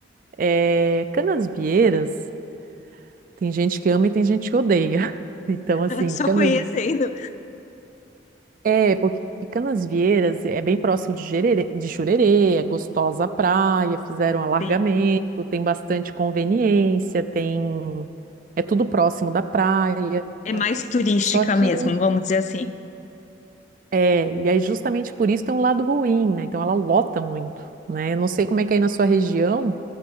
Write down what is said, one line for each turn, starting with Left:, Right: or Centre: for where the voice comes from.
Right: É, Canasvieiras tem gente que ama e tem gente que odeia. <laughs> Então, assim,
Left: <laughs> Só
Right: canas...
Left: conhecendo.
Right: É, porque Canasvieiras é bem próximo de Jererê, de Jurerê, é gostosa a praia, fizeram alargamento,
Left: Sim.
Right: tem bastante conveniência, tem... É tudo próximo da praia.
Left: É mais turística
Right: Só que
Left: mesmo, vamos dizer assim.
Right: É, e aí justamente por isso tem um lado ruim, né? Então ela lota muito, né? Eu não sei como é que é aí na sua região, não